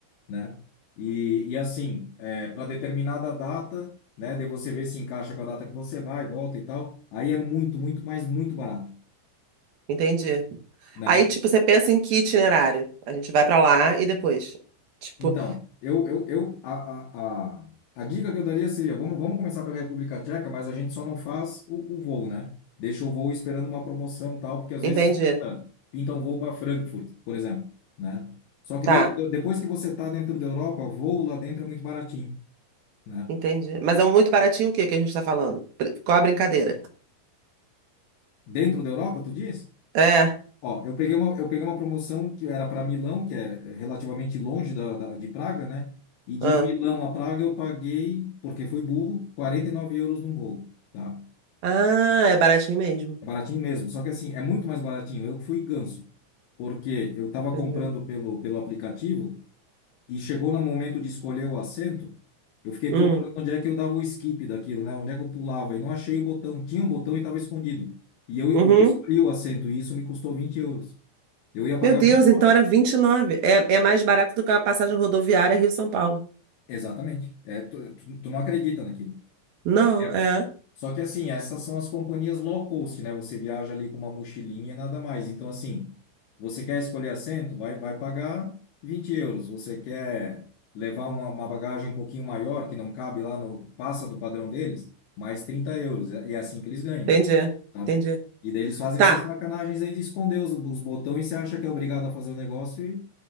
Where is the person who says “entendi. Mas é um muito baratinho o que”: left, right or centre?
Right